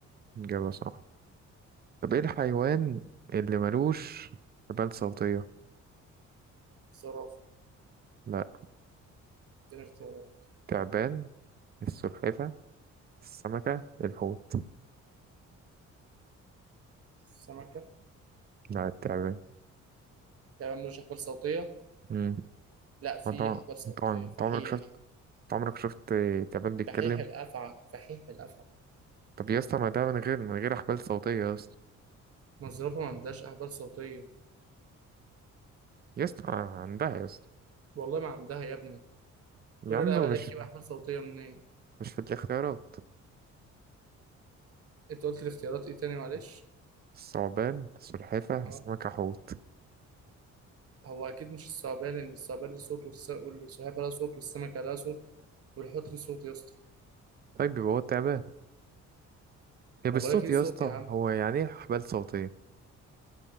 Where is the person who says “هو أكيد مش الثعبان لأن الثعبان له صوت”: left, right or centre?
Right